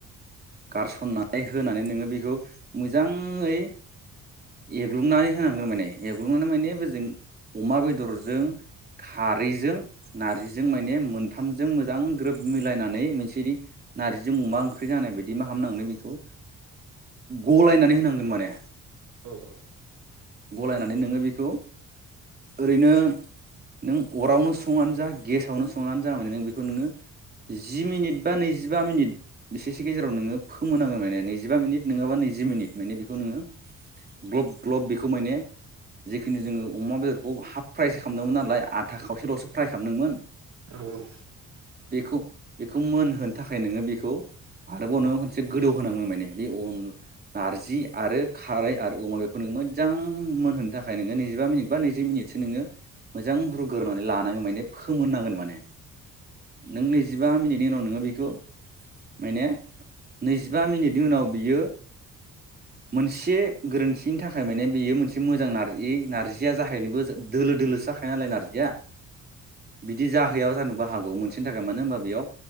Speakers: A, on the right; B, on the right.
A: गारसनना होनानै नोङो बेखौ मोजाङै एग्लुंनानै होनां गौ माने एवग्लुंनानै माने बोजों अमा बेदरजों खारैजों नारजिजों माने मोनथामजों मोजां ग्रोब मिलायनानै मोनसे नारजिजों अमा ओंख्रि जानाय बायदि मा हामनांनो बेखौ गलायनानै होनांगोन माने।
B: औ औ
A: गलायनानै नोङो बेखौ ओरैनो नों अरावनो सङानो जा गेसावनो सङानो जा माने नों बेखौ नोङो जि मिनिट बा नैजिबा मिनिट बिसेसो गेजेराव नोङो फोमोनाङो माने नैजिबा मिनिट नोङाबा नैजि मिनिट माने बेखौ नोङो ग्लब ग्लब बेखौ माने जिखिनि जोङो अमा बेदरखौ हाफ फ्राय खामदोंमोन नालाय आधा खावसेल'सो फ्राय खामदोंमोन
B: औ औ
A: बेखौ बेखौ मोनहोनो थाखाय नोङो बेखौ आरोबाव नोङो खनसे गोदौ होनांगोन माने बे अन नारजि आरो खारै आरो अमा बेखौ नोङो मो जां मोनहोनो थाखाय नोङो नैजिबा मिनिट बा नैजि मिनिटसो नोङो मोजां रुग्रोनै लानांगोन माने फोमोननांगोन माने नों नैजिबा मिनिट नि उनाव नोङो बिखौ माने नैजिबा मिनिटनि उनाव बियो मोनसे गोरोन्थिनि था खाय माने बेयो मोनसे मोजां नारजि नार्जिया जाहैनोबो दोलो दोलोसो जाखायो नालाय नारजिया बिदि जाहैयाबो जानोबा हागौ मोनसेनि थाखाय मानो होनबा बेयाव